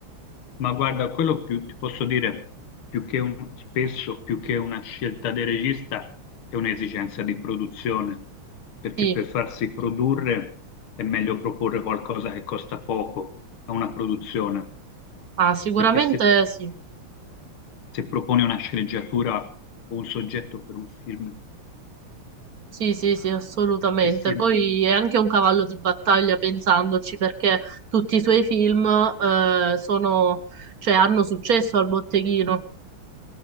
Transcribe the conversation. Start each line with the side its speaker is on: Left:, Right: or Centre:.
Left: Ma guarda, quello più, ti posso dire, più che un- spesso, più che una scelta del regista, è un'esigenza di produzione, perché
Right: Sì,
Left: per farsi produrre è meglio proporre qualcosa che costa poco a una produzione,
Right: ah, sicuramente
Left: perché se,
Right: sì.
Left: se proponi una sceneggiatura o un soggetto per un film
Right: Sì, sì, sì, assolutamente.
Left: che si...
Right: Poi è anche un cavallo di battaglia pensandoci perché tutti i suoi film eh, sono, cioè, hanno successo al botteghino.